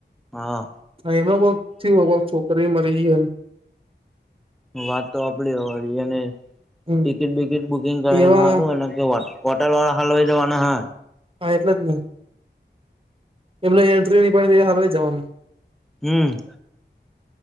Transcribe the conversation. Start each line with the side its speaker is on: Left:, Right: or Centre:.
Centre: હા
Right: હા એમાં વથી છોકરી મરી ગઈમ
Centre: વાત તો આપડી હોને
Right: હમ
Centre: ટિકિટ બિકિટ બુકિંગ કરાવારું
Right: એવા
Centre: કે વાત કોટા લ હાલ હોઈ જવાને હં
Right: હા એટલે જને એમને એન્ટ્રીની પાડ હાતે જવાનું
Centre: હમ